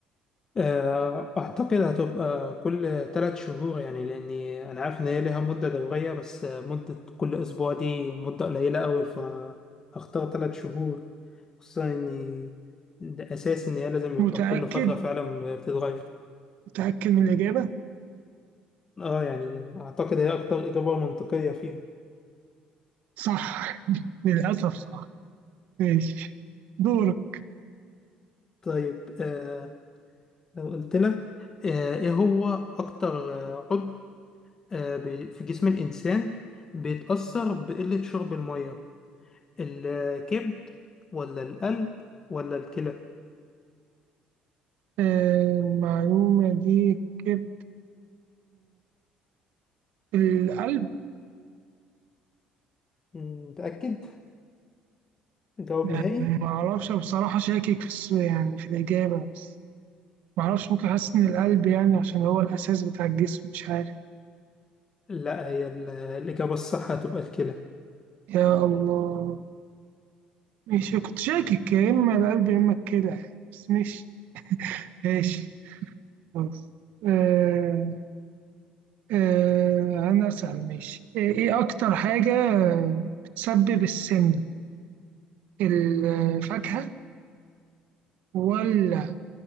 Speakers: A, on the left; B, on the right.
A: آه، أعتقد هتبقى كل ثلاث شهور يعني لأني أنا عارف إن هي ليها مدة دورية بس آه، مدة كل أسبوع دي مدة قليلة أوي فهختار ثلاث شهور خصوصا إني ده أساسي إن هي لازم
B: متأكد
A: يبقى كل فترة فعلا بتتغير
B: متأكد من الإجابة
A: اه يعني اعتقد هي اكتر اجابة منطقية فيهم
B: صح للأسف صح ماشي دورك
A: طيب آه لو قلت لك آه ايه هو اكتر آه عضو آه بي- في جسم الانسان بيتأثر بقلة شرب المية الكبد ولا القلب ولا الكلى
B: آه، المعلومة دي كده القلب
A: مم، متأكد جواب
B: يعني
A: نهائي
B: ما اعرفش بصراحة شاكك في الس- يعني في الإجابة بس ما اعرفش ممكن حاسس إن القلب يعني عشان هو الأساس بتاع الجسم مش عارف
A: لا هي ال- الإجابة الصح هتبقى الكلى
B: يا الله ماشي كنت شاكك يا إما القلب يا إما الكلى بس ماشي ماشي خلاص آه آه أنا أسأل ماشي إيه إيه أكتر حاجة بتسبب السمنة الفاكهة ولا